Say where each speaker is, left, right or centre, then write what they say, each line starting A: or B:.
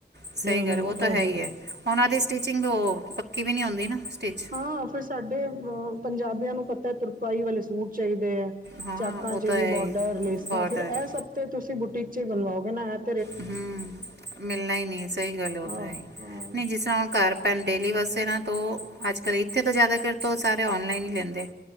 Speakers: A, on the right; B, on the right.
A: ਸਹੀ
B: ਹੂੰ
A: ਗੱਲ
B: ਹੂੰ
A: ਉਹ ਤਾਂ
B: ਉਹੀ
A: ਹੈ ਹੀ ਹੈ ਉਹਨਾਂ ਦੀ ਸਟੀਿਚਿੰਗ ਓਹ। ਪੱਕੀ ਵੀ ਨਹੀਂ ਹੋਂਦੀ ਨਾ। ਸਟਿਚ
B: ਹਾਂ ਫਿਰ ਸਾਡੇ। ਪੰਜਾਬੀਆਂ ਨੂੰ ਪਤਾ ਹੈ ਤੁਰਪਾਈ ਵਾਲੇ ਸੂਟ ਚਾਹੀਦੇ ਹੈ।
A: ਹਾਂ
B: ਚਾਕਾਂ
A: ਉਹ
B: ਚ
A: ਤਾਂ
B: ਵੀ
A: ਹੈ
B: ਬੋਡਰ
A: ਹੀ
B: ਲੇਸਾਂ
A: ਬਾਰਡਰ
B: ਫੇਰ ਇਹ ਸਭ ਤੇ ਤੁਸੀਂ ਬੁਟੀਕ ਚ ਹੀ ਬਣਵਾਓ। <unintelligible>
A: ਹਮ ਮਿਲਣਾ ਹੀ ਨੀ ਸਹੀ ਗੱਲ ਉਹ
B: ਆਹ
A: ਤਾਂ ਹੈ
B: ਹਾਂ
A: ਨਹੀਂ ਜਿਸ ਤਰ੍ਹਾਂ ਹੁਣ ਘਰ ਪੈਣ ਡੇਲੀ ਬਸ। ਦਿਨਾਂ ਤੋਂ ਅੱਜ ਕੱਲ ਇੱਥੇ ਤੋਂ ਜ਼ਿਆਦਾਤਰ ਤੋਂ ਸਾਰੇ ਔਨਲਾਈਨ ਹੀ ਲੈਂਦੇ।